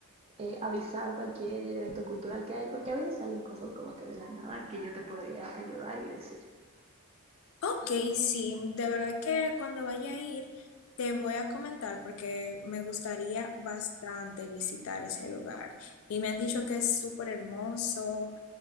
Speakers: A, on the right; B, on the left.
A: eh, avisar cualquier evento cultural que hay, porque a veces salen cosas como que de la nada que yo te podría ayudar y decir.
B: Ok, sí, de verdad que cuando vaya a ir te voy a comentar porque me gustaría bastante visitar ese lugar. Y me han dicho que es súper hermoso